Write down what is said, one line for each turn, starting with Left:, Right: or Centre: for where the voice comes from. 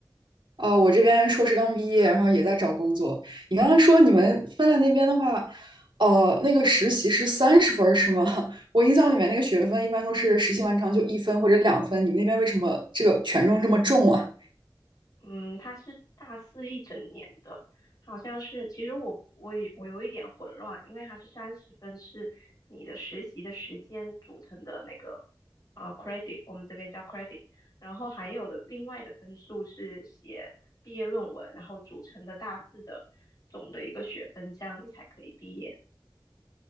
Right: 哦，我这边硕士刚毕业，然后也在找工作。你刚刚说你们芬兰那边的话，呃，那个实习是三十分儿是吗？<laughs> 我印象里面那个学分一般都是实习完成就一分或者两分，你们那边为什么这个权重这么重啊？
Left: 嗯，他是大四一整年的，好像是。其实我我有我有一点混乱，因为它是三十分是你的实习的时间组成的那个啊、呃 credit，我们这边叫 credit，然后还有的另外的分数是写毕业论文，然后组成的大四的总的一个学分，这样你才可以毕业。